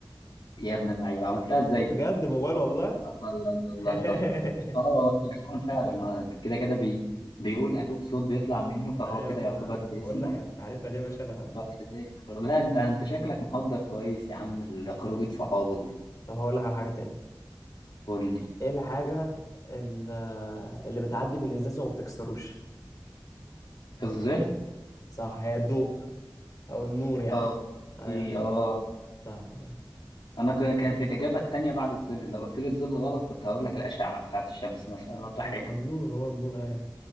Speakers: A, on the left; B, on the left.
A: يا ابن اللعيبه عملتها ازاي دي
B: بجد الموبايل والله
A: الله الله الله
B: <laughs>
A: الله الله اه هو التليفون فعلا هو كده كده بي بيقول الو الصوت بيطلع منه فهو
B: ايوه
A: كده
B: ما
A: يعتبر
B: انا بقول
A: بيسمع
B: لك يعني انت عارفها دي يا باشا انا
A: وكذلك برضه- لا انت انت شكلك محضر كويس يا عم لخروجه صحابك دي
B: طب هقول لك على حاجه تاني
A: قول لي
B: ايه الحاجه ال- اللي بتعدي من الازاز وما بتكسروش
A: الظل
B: صح هي الضوء او النور يعني
A: اه
B: ايوه
A: ايه اه
B: صح صح, صح.
A: انا كان- كانت الاجابه التانيه بعد الظل لو قلت لي الظل غلط كنت هقول لك الاشعه بتاعت الشمس مثلا ولا
B: آه
A: حاجه
B: النور هو النور ايوه